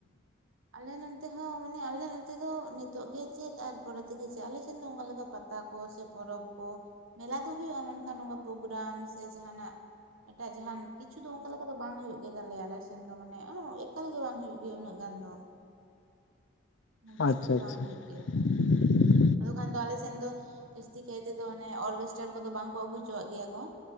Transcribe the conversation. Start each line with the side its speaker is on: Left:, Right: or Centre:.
Right: ᱟᱞᱮ ᱱᱚᱛᱮ ᱦᱚᱸ ᱢᱟᱱᱮ ᱟᱞᱮ ᱱᱚᱛᱮ ᱫᱚ ᱱᱤᱛᱚᱜ ᱜᱮ ᱪᱮᱫ ᱟᱨ ᱯᱚᱨᱮ ᱛᱮᱜᱮ ᱪᱮᱜ ᱟᱞᱮ ᱥᱮᱱ ᱫᱚ ᱚᱱᱠᱟ ᱞᱮᱠᱟ ᱯᱟᱛᱟ ᱠᱚ ᱥᱮ? ᱯᱚᱨᱚᱵᱽ ᱠᱚ ᱢᱮᱞᱟ ᱫᱚ ᱦᱩᱭᱩᱜᱼᱟ, ᱢᱮᱱᱠᱷᱟᱱ ᱱᱚᱝᱠᱟ ᱯᱨᱳᱜᱨᱟᱢ ᱥᱮ ᱡᱟᱦᱟᱸᱱᱟᱜ? <unintelligible> ᱮᱴᱟᱜ ᱡᱟᱦᱟᱸᱱ ᱠᱤᱪᱷᱩ ᱫᱚ ᱚᱱᱠᱟ ᱞᱮᱠᱟ ᱫᱚ ᱵᱟᱝ ᱦᱩᱭᱩᱜ ᱜᱮ ᱛᱟᱞᱮᱭᱟ, ᱟᱞᱮ ᱥᱮᱱ ᱫᱚ ᱢᱟᱱᱮ ᱮᱠᱟᱞ ᱜᱮ ᱵᱟᱝ ᱦᱩᱭᱩᱜ ᱜᱮᱭᱟ ᱩᱱᱟᱹᱜ ᱜᱟᱱ ᱫᱚ ᱾ ᱡᱟᱹᱥᱛᱤ
Left: ᱟᱪᱪᱷᱟ
Right: ᱫᱚ
Left: ᱟᱪᱪᱷᱟ
Right: ᱵᱟᱝ ᱦᱩᱭᱩᱜ ᱜᱮᱭᱟ ᱾
Left: <inaudible>
Right: ᱟᱫᱚ ᱠᱷᱟᱱ ᱫᱚ ᱟᱞᱮ ᱥᱮᱱ ᱫᱚ ᱡᱟᱹᱥᱛᱤ ᱠᱟᱭ ᱛᱮᱫᱚ ᱚᱱᱮ ᱚᱨᱜᱮᱥᱴᱟᱨ ᱠᱚᱫᱚ ᱵᱟᱝ ᱠᱚ ᱟᱹᱜᱩᱦᱚᱪᱚᱣᱟᱜ ᱜᱮᱭᱟ ᱠᱚ ᱾